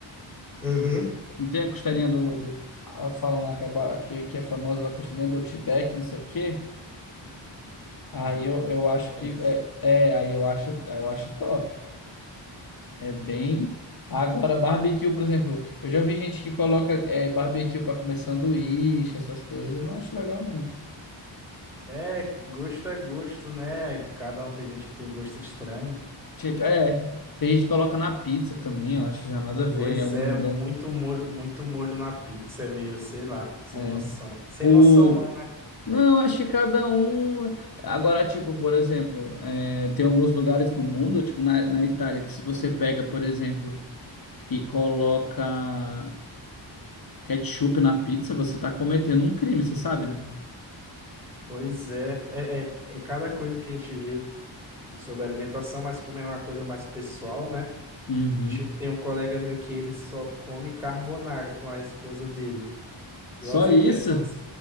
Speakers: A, in the centre; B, on the left.
A: Uhum.
B: não tem a costelinha do... do... Elas falam lá que, é ba- que, que é famosa, a costelinha do Outback, não sei o quê. Aí
A: Aham.
B: eu, eu
A: Sim,
B: acho
A: conheço.
B: que... É, é, aí eu acho, aí eu acho top. É bem. Agora, barbecue, por exemplo, eu já vi gente que coloca é, barbecue para comer sanduíche, essas coisas, não acho legal, não.
A: É, gosto é gosto, né? Cada um tem gente que tem gosto estranho.
B: Tipo, é, tem gente que coloca na pizza também, eu acho já nada a ver
A: Pois
B: em alguns
A: é,
B: lugares.
A: muito molho, muito molho na pizza, é meio, sei lá, sem
B: É.
A: noção. Sem
B: O...
A: noção não, né?
B: Não, acho que cada um. Agora, tipo, por exemplo, é, tem alguns lugares no mundo, tipo na, na Itália, que se você pega, por exemplo, e coloca ketchup na pizza, você tá cometendo um crime, você sabe, né?
A: Pois é, é, é, é cada coisa que a gente vê sobre alimentação, mas como é uma coisa mais pessoal, né?
B: Uhum.
A: Tipo, tem um colega meu que ele só come carbonara com a esposa dele.
B: Só
A: Eu, eu fico
B: isso?
A: pensando assim,